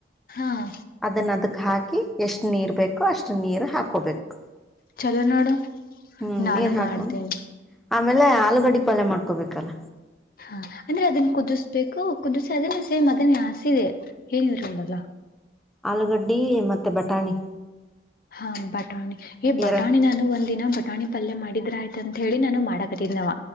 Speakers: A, on the left; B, in the centre.
A: ಹಾಂ
B: ಅದನ್ನ ಅದಕ್ ಹಾಕಿ ಎಷ್ಟ್ ನೀರ್ ಬೇಕೋ ಅಷ್ಟು ನೀರ್ ಹಾಕೋಬೇಕು.
A: ಚಲೋ ನೋಡು.
B: ಹ್ಮ್
A: ನಾನು
B: ನೀರ್ ಹಾಕೊಂಡ್
A: ಮಾಡ್ತೇನಿ
B: ಆಮೇಲೆ ಆಲೂಗಡ್ಡಿ ಪಲ್ಯ ಮಾಡ್ಕೊಬೇಕಲ್ಲ
A: ಹಾ ಅಂದ್ರೆ ಅದನ್ನ ಕುದಿಸ್ಬೇಕು ಕುದಿಸಿ ಅದೇ ಸೇಮ್ ಅದೇ ಆಸೆ ಇದೆ ಏನು ಇರಲ್ಲ
B: ಆಲೂಗಡ್ದಿ ಮತ್ತೆ ಬಟಾಣಿ
A: ಹಾ ಬಟಾಣಿ ಬಟಾಣಿ
B: ಎರ
A: ಹೇ ನಾನು ಒಂದಿನ ಬಟಾಣಿ ಪಲ್ಯ ಮಾಡಿದ್ರ ಆಯ್ತ ಅಂತ ಹೇಳಿ ನಾನು ಮಾಡಕತಿದ್ನವ